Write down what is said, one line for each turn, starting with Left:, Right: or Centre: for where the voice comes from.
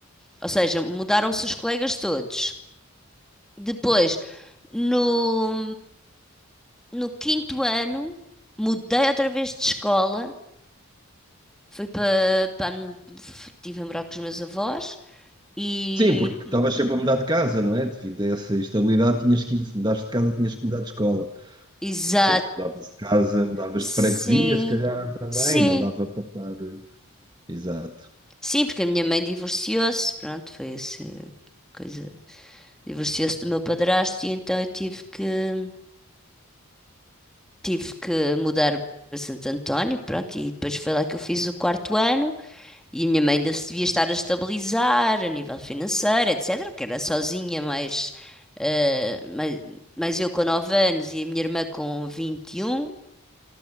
Centre: Ou seja, mudaram-se os colegas todos. Depois, no, no quinto ano, mudei outra vez de escola Fui para, para a minha- estive a morar com os meus avós e
Right: Sim, porque estavas sempre a mudar de casa, não é? Devido a essa instabilidade, tinhas que ir, se mudaste de casa, tinhas que mudar de escola.
Centre: exato.
Right: Se mudavas de casa, mudavas
Centre: Sim.
Right: de freguesia, se calhar também,
Centre: Sim.
Right: não dava para estar. eh, Exato.
Centre: Sim, porque a minha mãe divorciou-se, pronto, foi essa coisa. Divorciou-se do meu padrasto e então eu tive que tive que mudar para Santo António, pronto, e depois foi lá que eu fiz o quarto ano. E a minha mãe ainda se devia estar a estabilizar a nível financeiro, etc., porque era sozinha, mais, eh, mais, mais eu com 9 anos e a minha irmã com 21.